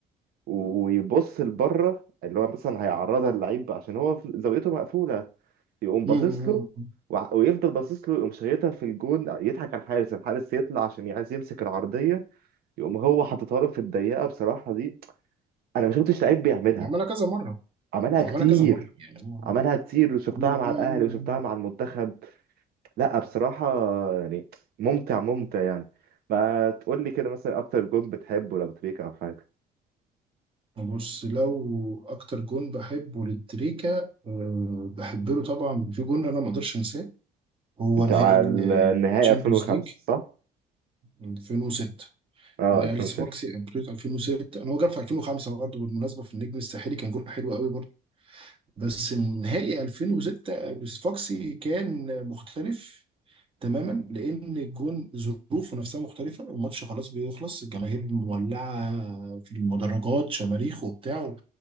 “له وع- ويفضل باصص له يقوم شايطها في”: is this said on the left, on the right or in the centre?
Right